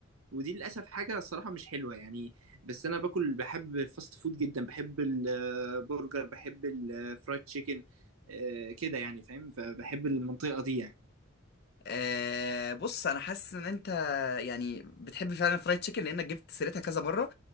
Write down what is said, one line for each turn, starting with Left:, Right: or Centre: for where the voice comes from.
Right: ودي للاسف حاجه الصراحه مش حلوه يعني بس انا باكل بحب الفاست فود جدا بحب البرجر بحب الفرايد تشيكن آه، كده يعني فاهم فبحب المنطقه دي يعني
Left: آه بص أنا حاسس إن أنت يعني بتحب فعلا الفرايد تشيكن لأنك جبت سيرتها كذا مرة